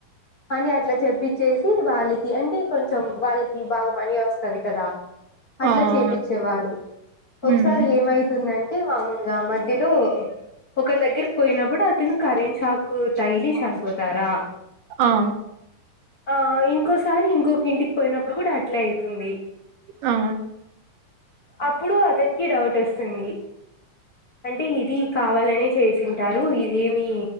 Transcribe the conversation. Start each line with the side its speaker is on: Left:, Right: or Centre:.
Left: అని అట్లా చెప్పిచ్చేసి వాళ్ళకి అంటే కొంచెం వాళ్ళకి బాగా మనీ వస్తది కదా అట్లా
Right: ఆ
Left: చేపిచ్చేవాడు
Right: అవును.
Left: ఒకసారి
Right: ఉమ్
Left: ఏమైతుందంటే మామూలుగా మధ్యలో ఒకరి దగ్గరికి పోయినప్పుడు అ తిను కరెంట్ షాక్ తగిలి చనిపోతారా
Right: అ
Left: ఆ ఇంకొస్ సారి ఇంకొక ఇంటికి పోయినప్పుడు కూడా అట్లే అయి తుని
Right: ఆ
Left: అప్పుడు అతనికి డౌట్ వస్తుంది అంటే ఇది కావాలనే చేసింటారు ఇదేమి